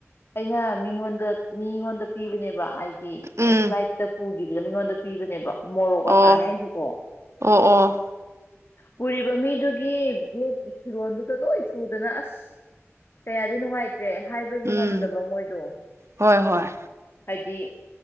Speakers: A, on the left; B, on the right.
A: ꯑꯩꯅ ꯃꯤꯉꯣꯟꯗ ꯃꯤꯉꯣꯟꯗ ꯄꯤꯕꯅꯦꯕ ꯍꯥꯏꯗꯤ ꯁꯋꯥꯏꯠꯇ
B: ꯎꯝ
A: ꯄꯒ ꯃꯤꯉꯣꯟꯗ ꯄꯤꯕꯅꯦꯕꯣ ꯃꯣꯔꯣꯛ
B: ꯑꯣ
A: ꯑꯆꯥꯥꯅꯤ ꯍꯥꯏꯁꯤꯀꯣ
B: ꯑꯣ ꯑꯣ
A: ꯎꯔꯤꯕ ꯃꯤꯗꯨꯒꯤ ꯠ ꯐꯤꯔꯣꯟꯜꯗꯨꯗ ꯂꯣꯏ ꯆꯨꯗꯅ ꯑꯁ ꯀꯌꯥꯗꯤ ꯅꯨꯡꯉꯥꯏꯇ꯭ꯔꯦ ꯍꯥꯏꯕꯒꯤ
B: ꯎꯝ
A: ꯉꯝꯗꯕ ꯃꯣꯏꯗꯣ
B: ꯍꯣꯏ ꯍꯣꯏ
A: ꯍꯧꯖꯤ